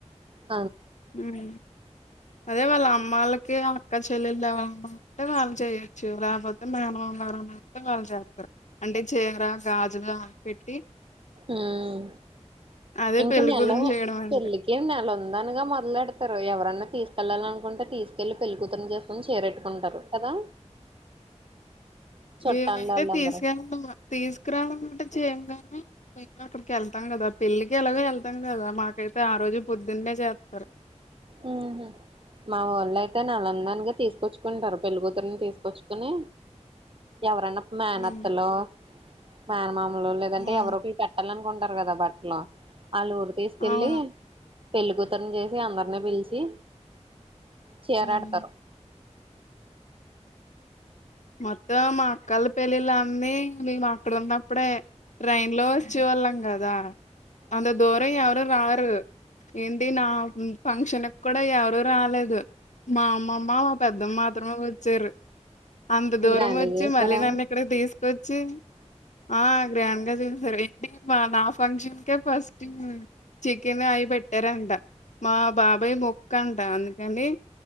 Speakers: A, on the right; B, on the left.
A: అ
B: హమ్ అదేవళ్ళ అ వాళ్లకి అక్క చెల్లెలు ఎవరైనా ఉంటే వాళ్ళు చేయొచ్చు లేకపోతే మేనమామ మొత్తం వాళ్ళు చేస్తారు అంటే చీర గాజులు అవి పెట్టి
A: మ్మ్
B: అదే
A: ఇంకా
B: పెళ్లి
A: నెల
B: కూతురుని చేయడం అంటే
A: పెళ్ళికి నెల ఉందనగా మొ మొదలుడతారు ఎవరన్నా తీసుకెళ్లాలనుకుంటే తీసుకెళ్లి పెళ్లి కూతురుని చేసుకుొని చేరెట్టుకుంటారు కదా చుట్టాలోళ్ళందరూ
B: మేమైతే తీసుకెళ్ళమా తీసుకురావాలంటే చీర కానీ అక్కడికి వెళ్తాం కదా పెళ్లికి ఎలాగో వెళ్తాం కదా మాకైతే ఆ రోజు పొద్దున్నే చేస్తారు
A: ఉమ్మ్ మావల్ ఇలయితే నల్లందానిగా తీసుకొచ్చుకుంటారు పెళ్ళ కూతురిని తీసుకొచ్చుకుని ఎవరన్నా మేనత్తలో
B: ఉమ్.
A: మేనమాములో లేదంటే
B: ఆ
A: ఎవరోకలు పెట్టాలని కుంటారు కదా బట్టలో ఆళ్ ఊరు తీసుకెళ్ళి
B: అవును
A: పెళ్ళ కూతురుని చేసి అందరినే పిలిచి చీరాడతారు
B: ఉమ్, మొత్తం మా అక్కల పేళ్లిలా నై మేము అక్కడ ఉన్నప్పుడే ట్రైన్ లో వచ్చే వాళ్ళం కదా అంత దూరం ఎవరు రారు ఏంటి నా ఫంక్షన్ కూడా ఎవరు రాలేదు మా అమ్మమ్మ మా పెద్దమ్ మాత్రమే వచ్చారు అంత దూరం
A: గ్రాండ్
B: వచ్చి
A: గా చేసారా
B: మళ్ళీ నన్ను ఇక్కడికి తీసుకొచ్చి ఆ గ్రాండ్ గా జరిగింది మరి ఏంటి మా నా ఫంక్షన్కే ఫస్ట్ చికెన్ అయి పెట్టారంట మా బాబాయ్ మొక్కు అంట అందుకనే